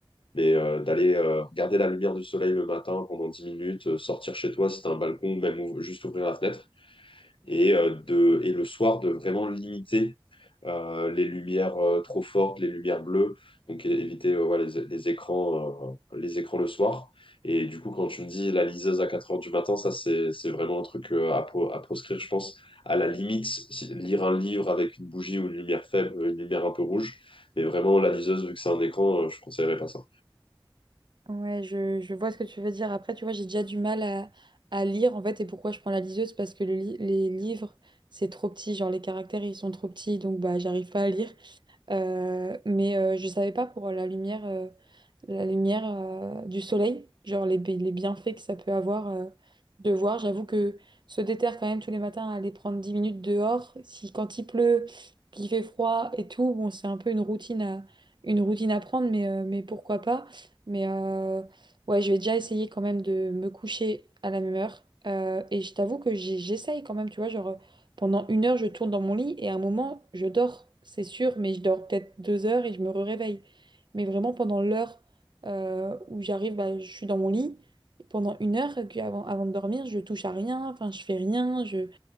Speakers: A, on the left; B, on the right.
A: Mais euh, d'aller euh, regarder la lumière du soleil le matin pendant 10 minutes, euh, sortir chez toi si t'as un balcon, même ou- juste ouvrir la fenêtre, et, euh, de, et le soir de vraiment limiter euh, les lumières euh, trop fortes, les lumières bleues, donc é- éviter euh, ouais, les, les écrans, euh, les écrans le soir. Et du coup, quand tu me dis la liseuse à 4 heures du matin, ça c'est c'est vraiment un truc euh, à, pro- à proscrire, je pense. À la limite, si- lire un livre avec une bougie ou une lumière faible, une lumière un peu rouge, mais vraiment la liseuse, vu que c'est un écran, euh, je conseillerais pas ça.
B: Ouais, je, je vois ce que tu veux dire. Après, tu vois, j'ai déjà du mal à, à lire, en fait, et pourquoi je prends la liseuse? Parce que le li- les livres, c'est trop petit, genre les caractères, ils sont trop petits, donc bah, j'arrive pas à lire. Euh, mais euh, je savais pas pour euh, la lumière, euh, la lumière euh, du soleil, genre les, bi- les bienfaits que ça peut avoir euh, de voir. J'avoue que se déterre quand même tous les matins à aller prendre 10 minutes dehors. Si quand il pleut, qu'il fait froid et tout, bon, c'est un peu une routine à, une routine à prendre, mais, euh, mais pourquoi pas. Mais euh, ouais, je vais déjà essayer quand même de me coucher à la même heure. Euh, et je t'avoue que j'y- j'essaye quand même, tu vois, genre. Pendant une heure, je tourne dans mon lit et à un moment, je dors, c'est sûr, mais je dors peut-être deux heures et je me réveille. Mais vraiment, pendant l'heure euh, où j'arrive, bah, je suis dans mon lit. Et pendant une heure, et puis avant, avant de dormir, je touche à rien, enfin, je fais rien, je,